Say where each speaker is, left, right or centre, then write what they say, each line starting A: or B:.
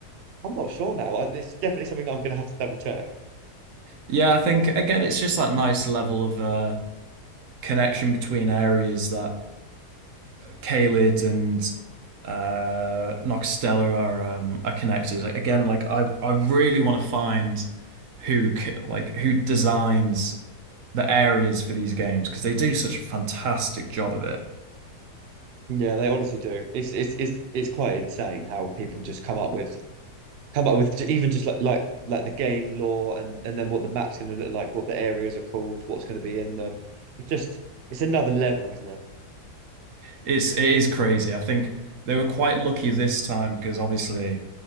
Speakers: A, on the right (about 80°); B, on the right (about 60°).
A: I'm not sure now. I- It's definitely something that I'm gonna have to double check.
B: Yeah, I think again it's just that nice level of uh connection between areas that Caelid and uh Noxtella are um are connected. Again, like I I really want to find who c- like who designs the areas for these games because they do such a fantastic job of it.
A: Yeah, they honestly do. It's it's it's it's quite insane how people just come up with come up with j- even just like like like the game lore and and then what the map's gonna look like, what the areas are called, what's gonna be in them. It just it's another level, isn't it?
B: It's it is crazy. I think they were quite lucky this time because obviously